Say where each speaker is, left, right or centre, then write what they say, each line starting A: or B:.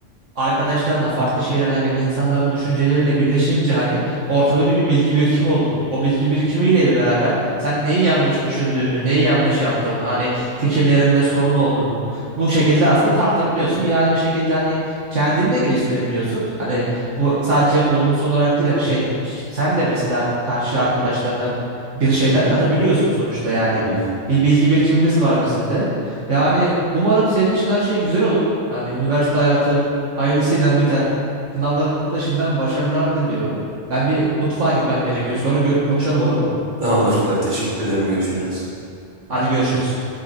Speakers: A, on the right (about 70°); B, on the right (about 40°).
A: arkadaşlarına farklı şeylerden gelen insanların düşünceleriyle birleşince hani ortada bir, bir bilgi birikimi oluyor. O bilgi birikimiyle ile beraber sen neyi yanlış düşündüğünü, neyi yanlış yaptığını, hani fikirlerinde sorun olduğunu bu şekilde aslında tartabiliyorsun. Yine aynı şekilde hani kendini de geliştirebiliyorsun. Hani bu sadece olumsuz olarak değil hani şey sen de mesela karşı arkadaşlarına bir şeyler katabiliyorsun sonuçta yani.
B: Hı hı.
A: Bir bilgi birikimimiz var bizim de. Yani umarım senin için her şey güzel olur. Hani üniversite hayatı Hayırlısıyla bir tane. Sınavlarına da şimdiden başarılar diliyorum. Ben bir mutfağa gitmem gerekiyor. Sonra gör- konuşalım olur mu?
B: Tamamdır Ferhat, teşekkür ederim. Görüşürüz.
A: Hadi görüşürüz.